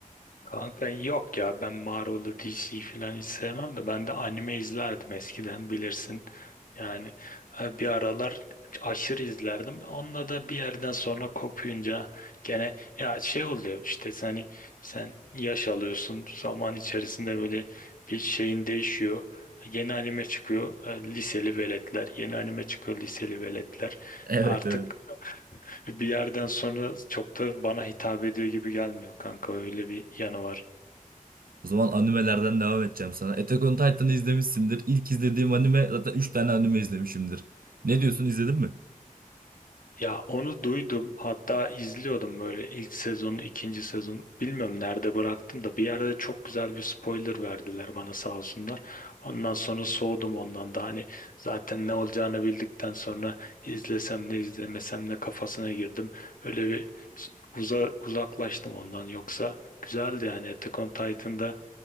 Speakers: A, on the left (about 70°); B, on the right (about 80°).
A: Kanka yok ya ben Marvel'ı DC falan hiç sevmem de ben de anime izlerdim eskiden bilirsin. Yani e, bir aralar aşırı izlerdim. Onunla da bir yerden sonra kopuyunca gene ya şey oluyor işte sen- hani sen yaş alıyorsun zaman içerisinde böyle bir şeyin değişiyor. Yeni anime çıkıyor e, liseli veletler yeni anime çıkıyor liseli veletler
B: Evet
A: artık
B: evet.
A: bir yerden sonra çok da bana hitap ediyor gibi gelmiyor kanka öyle bir yanı var.
B: O zaman animelerden devam edeceğim sana. Attack on Titan'ı izlemişsindir. İlk izlediğim anime zaten 3 tane anime izlemişimdir. Ne diyorsun izledin mi?
A: Ya onu duydum. Hatta izliyordum böyle ilk sezonu, ikinci sezon. Bilmiyorum nerede bıraktım da bir yerde çok güzel bir spoiler verdiler bana sağ olsunlar. Ondan sonra soğudum ondan da. Hani zaten ne olacağını bildikten sonra izlesem ne izlemesem ne kafasına girdim. Öyle bir uza, uzaklaştım ondan. Yoksa güzeldi yani Attack on Titan'da